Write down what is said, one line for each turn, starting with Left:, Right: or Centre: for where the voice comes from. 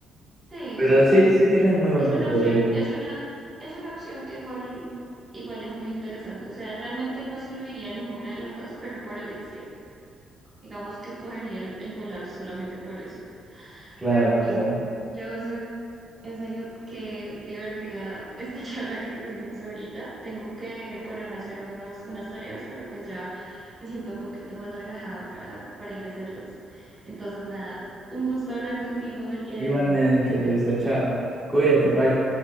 Right: sí,
Centre: Pero
Right: sí, sí.
Centre: sí, sí tienes un muy buen
Right: Es
Centre: punto
Right: una opción,
Centre: de vista.
Right: es una, es una opción que igual, igual es muy interesante. O sea, realmente no excluiría ninguna de las dos, pero por elección, digamos que escogería el, el volar solamente por eso.
Centre: Claro,
Right: Pero pues,
Centre: claro.
Right: Joseph, en serio, qué divertida esta <laughs> charla que tuvimos ahorita. Tengo que ponerme a hacer unos, unas tareas, pero pues ya me siento un poquito más relajada para, para ir a hacerlas. Entonces, nada, un gusto hablar contigo el día
Centre: Igualmente,
Right: de hoy. Que estés
Centre: Luisa,
Right: muy
Centre: chao.
Right: bien.
Centre: Cuídate, bye.